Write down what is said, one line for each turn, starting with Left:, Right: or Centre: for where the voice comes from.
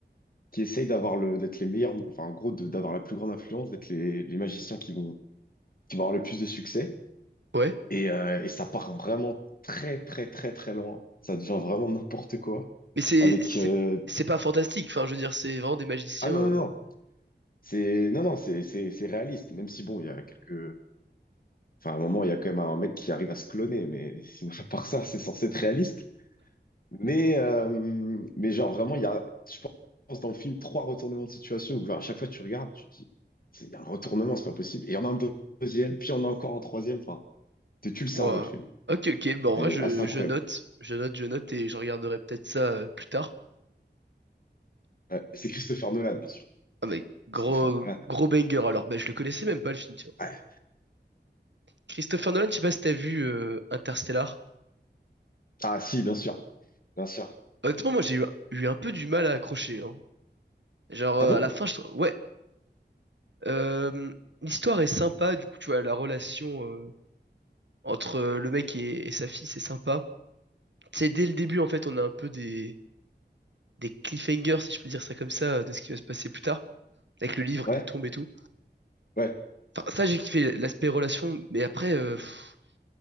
Left: qui essayent d'avoir le, d'être les meilleurs, enfin en gros, de- d'avoir la plus grande influence, d'être les, les magiciens qui vont, qui vont avoir le plus de succès.
Right: Ouais,
Left: Et, euh, et ça part vraiment très, très, très, très loin. Ça devient vraiment n'importe quoi.
Right: mais c'est
Left: Avec.
Right: c'est
Left: euh,
Right: c'est pas fantastique. Enfin, je veux dire, c'est vraiment des magiciens.
Left: Ah non,
Right: euh,
Left: non, non. C'est, non, non, c'est, c'est, c'est réaliste. Même si, bon, il y a quelques. Enfin, à un moment, il y a quand même un mec qui arrive à se cloner. Mais sinon, à part ça, c'est censé être réaliste. Mais, euh, mais genre, vraiment, il y a, je pense, dans le film, trois retournements de situation où, genre, à chaque fois, tu regardes, tu te dis, c'est il y a un retournement, c'est pas possible. Et il y en a un deuxième, puis il y en a encore un troisième. Enfin, te tue le cerveau,
Right: Ouah.
Left: le film.
Right: Ok, ok. Bah en
Left: C'est
Right: vrai, je
Left: assez incroyable.
Right: je note, je note, je note et je regarderai peut-être ça euh, plus tard.
Left: Ouais. Et C'est Christopher Nolan, bien sûr.
Right: Ah mais gros
Left: Christopher Nolan.
Right: gros banger alors ben je le connaissais même pas le film tiens.
Left: Ouais.
Right: Christopher Nolan, je sais pas si t'as vu euh, Interstellar.
Left: Ah si, bien sûr. Bien sûr.
Right: Honnêtement moi j'ai eu, eu un peu du mal à accrocher hein. Genre euh,
Left: Ah bon?
Right: à la fin je trouve ouais euh, l'histoire est sympa du coup tu vois la relation euh, entre euh, le mec et, et sa fille c'est sympa. Tu sais dès le début en fait on a un peu des des cliffhangers si je peux dire ça comme ça euh, de ce qui va se passer plus tard avec le livre
Left: Ouais,
Right: qui tombe et tout.
Left: ouais.
Right: Enfin ça j'ai kiffé l'aspect relation mais après euh, pff,